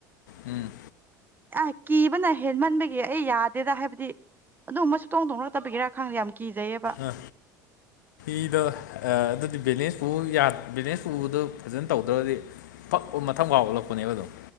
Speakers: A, on the left; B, on the right.
A: ꯎꯝ
B: ꯑ ꯀꯤꯕꯅ ꯍꯦꯟꯃꯟꯕꯒꯤ ꯑꯩ ꯌꯥꯗꯦꯗ ꯍꯥꯏꯕꯗꯤ ꯑꯗꯨꯝꯕꯨ ꯇꯧꯗꯧꯅ ꯅꯛꯇꯕꯤꯒꯤꯔꯥ ꯈꯪꯗꯦ ꯌꯥꯝ ꯀꯤꯖꯩꯌꯦꯕ
A: ꯑ ꯏꯗ ꯑ ꯑꯗꯨꯗꯤꯕꯦꯅꯤꯁ ꯕꯤꯖꯤꯅꯦꯁ ꯄꯨꯕꯗ ꯐꯖꯅ ꯇꯧꯗ꯭ꯔꯗꯤ ꯐꯛ ꯃꯊꯪ ꯀꯥꯎ ꯑꯣꯠꯂꯛꯄꯅꯦꯕ ꯑꯗꯨꯝ